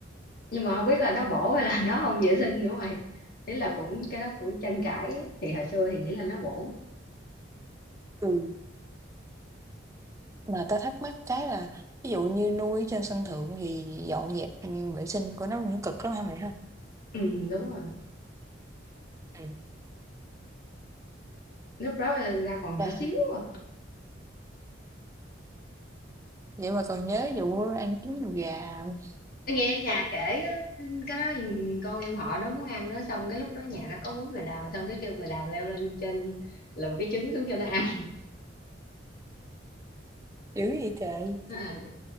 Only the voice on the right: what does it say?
Ừ, mà ta thắc mắc cái là ví dụ như nuôi ở trên sân thượng thì dọn dẹp, ừm, vệ sinh của nó cũng cực lắm hả mày ha?
Ừm.
Ta
vậy mà còn nhớ vụ ăn trứng đùi gà hông?
dữ vậy trời!